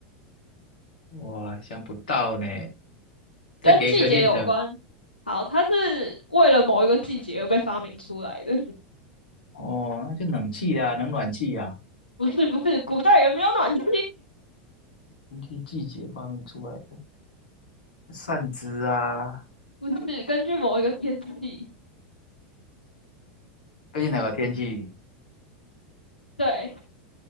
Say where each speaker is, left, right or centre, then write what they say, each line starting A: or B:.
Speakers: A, on the left; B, on the left.
A: 哇，想不到呢。再给一个
B: 跟季节有关。
A: hit，
B: 好，它是为了某一个季节而被发明出来的，
A: 哦，那就冷气啊，冷暖气啊，
B: <laughs> 不是不是，古代人没有暖气，
A: 根据季节方面出来的扇子啊，
B: <laughs> 不是根据某一个天气。
A: 根据哪个天气？
B: 对，